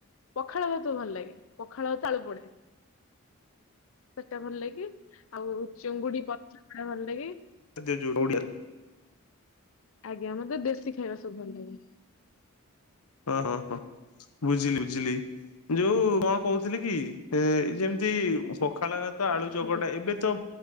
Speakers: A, on the left (about 65°); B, on the left (about 80°).
A: ପଖାଳଭାତ ଭଲ ଲାଗେ ପଖାଳଭାତ ଆଳୁପୋଡା? ସେଟା ଭଲ ଲାଗେ ଆଉ ଚୁଙ୍ଗୁଡି ପତ୍ର ପୋଡା ଭଲ ଲାଗେ?
B: ସେଥିରେ ଯୋଉ ଓଡିଆ।
A: ଆଜ୍ଞା ମତେ ଦେଶୀ ଖାଇବା ସବୁ ଭଲ ଲାଗେ।
B: ହଁ ହଁ ହଁ ବୁଝିଲି ବୁଝିଲି ଯୋଉ କଣ କହୁଥିଲି କି ହେଁ ଯେମିତି ପଖାଳ ଭାତ ଆଳୁ
A: ଆଜ୍ଞା
B: ଚକଟା ଏବେ ତ